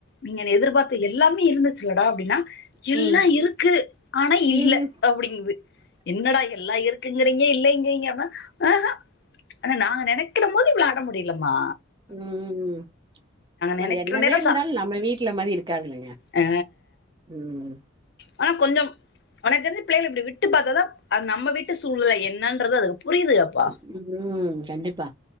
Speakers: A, on the left (about 55°); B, on the right (about 20°).
A: நீங்கள் எதிர்பாத்த எல்லாமே இருந்துச் பொடா அப்டினா
B: ம்
A: எல்லா
B: ம்
A: இருக்கு ஆனா இல்ல
B: ம்
A: அப்டிங்கிது என்னடா எல்லா இருக்குங்கிறீங்க இல்லங்கிறீங்க ஆஹா ஆனா நா நெனக்கிற மோது விளாட முடிலமா
B: ம்
A: நெனைக்கிற
B: அது என்னதே
A: நேரோ
B: இருந்தாலும்
A: சா
B: நம்ம வீட்ல மாரி இருக்காதுலிங்களா
A: அ
B: ம்
A: ஆனா கொஞ்சம் ஒனக்கென்ன பிள்ளைகல இப்டி விட் டு பாத்தாதா அது நம்ம வீட்டு சூழ்நெலை என்னன்றது அதுக்கு புரியுதுகப்பா
B: ம் கண்டிப்பா